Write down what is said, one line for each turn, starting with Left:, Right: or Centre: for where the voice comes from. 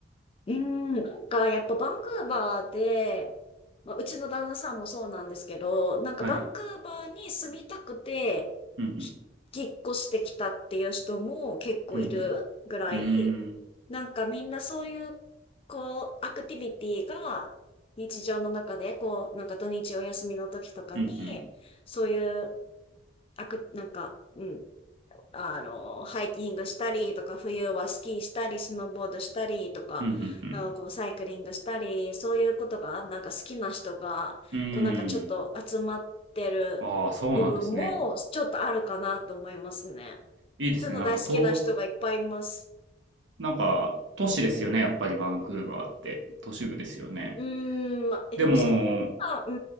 Left: うん、なんかやっぱバンクーバーで、まあ、うちの旦那さんもそうなんですけど、なんかバンクーバーに住みたくて、
Right: はい。うんうん。
Left: ひ引っ越してきたっていう人も結構いるぐらい、
Right: うんうん。うーん。
Left: なんかみんなそういう、こう、アクティビティが日常の中で、こう、なんか土日お休みの時とかに、
Right: うんうん。
Left: そういう、アク、なんか、うん、あの、ハイキングしたりとか、冬はスキーしたり、スノーボードしたりとか、
Right: うんうん
Left: あのこうサイクリングしたり、そういうことが、なんか好きな人が、
Right: うん。うーん。
Left: こうなんかちょっと集まってる部分も、
Right: ああ、そうなんですね。
Left: ちょっとあるかなと思いますね。
Right: いいですね。
Left: そういうの大好きな人がいっぱいいます。
Right: なんか東なんか、都市ですよね、やっぱりバンクーバーって。都市部ですよね。
Left: うーん、ま、え、
Right: でも、
Left: でもそんな、う